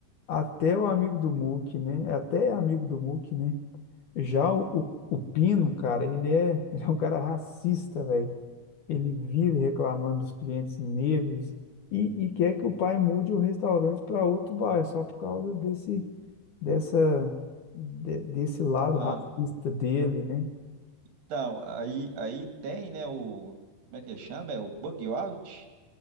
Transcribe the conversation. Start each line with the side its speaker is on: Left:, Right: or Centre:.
Left: Até o amigo do Mookie, né? Até é amigo do Mookie, né? Já o, o o Pino, cara, ele é, <laughs> ele é um cara racista, velho. Ele vive reclamando dos clientes negros e, e quer que o pai mude o restaurante para outro bairro, só por causa desse, dessa, de- desse lado
Right: Ah,
Left: racista dele, né?
Right: então, aí, aí tem, né, o, como é que chama? É o Bug Out,